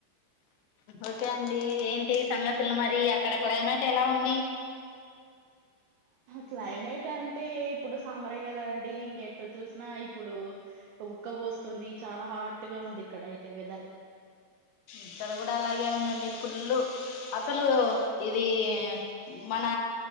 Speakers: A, on the left; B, on the right.
A: ఓకే అండి ఏంటి సంగతులు మరి అక్కడ క్లైమేట్ ఎలా ఉంది
B: క్లైమేట్ అంటే ఇప్పుడు సమ్మెరె కదా అండి ఇంకెటు చూసినా ఇప్పుడు ఉక్క ఉక్క పోస్తుంది చాలా హాట్ గా ఉంది ఇక్కడ అయితే వెదర్
A: ఇక్కడ కూడా అలాగే ఉందండి ఫుల్ అసలు ఇది మన